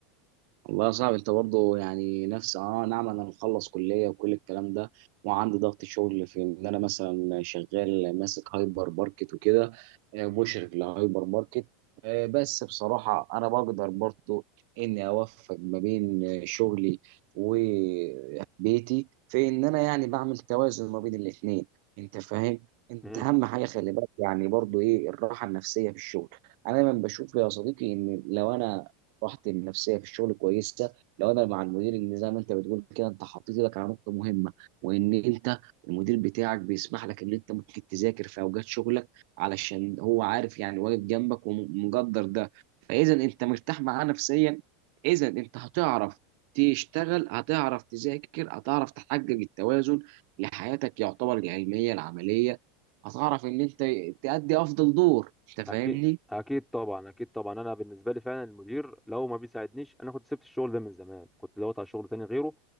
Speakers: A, on the right; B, in the centre.
A: والله يا صاحبي انت برضه يعني نفس اه نعم انا مخلص كليه وكل الكلام ده وعندي ضغط شغل في ان انا مثلا شغال ماسك هايبر ماركت وكده آه، مشرف لهايبر ماركت آه، بس بصراحه انا بقدر برضه اني اوفق ما بين آه، شغلي وبيتي في ان انا يعني بعمل توازن ما بين الاثنين انت فاهم انت
B: مم.
A: اهم حاجه خلي بالك يعني برضه ايه الراحه النفسيه في الشغل انا دايما بشوف يا صديقي ان لو انا راحتي النفسيه في الشغل كويسه لو انا مع المدير ان زي ما انت بتقول كده انت حطيت ايدك على نقطه مهمه وان انت المدير بتاعك بيسمح لك ان انت ممكن تذاكر في اوقات شغلك علشان هو عارف يعني واقف جنبك ومقدر ده فاذا انت مرتاح معاه نفسيا اذا انت هتعرف تشتغل هتعرف تذاكر هتعرف تحقق التوازن لحياتك يعتبر العلميه العمليه هتعرف ان انت تأدي افضل دور انت
B: اكيد
A: فاهمني
B: اكيد طبعا اكيد طبعا انا بالنسبه لي فعلا المدير لو ما بيساعدنيش انا كنت سبت الشغل ده من زمان كنت دورت على شغل تاني غيره